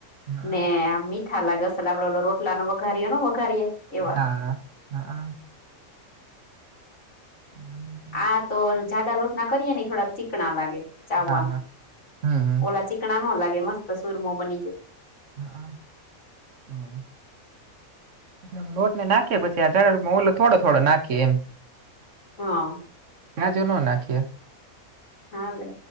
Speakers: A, on the right; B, on the left.
A: હા
B: ને આ મીઠ મીઠા લાગે અસલ આપડે ઓલો રોટલા ને વઘારીએ નો વઘારીએ એવા
A: હા હઆ હમ
B: આ તો જાડા લોટના કરીએ ને એ થોડાક ચીકણા લાગે ચાવવામાં.
A: હા હમ
B: ઓલા ચીક ચીકણા નો લાગે મસ્ત સુરમો બની જાય.
A: હઅ હોવે. એટલે આમ લોટને નાખીએ પછી આ દળમાં ઓલો થોડો થોડો નાખીએ એમ.
B: હા
A: જાજી નો નાખીએ.
B: હાલે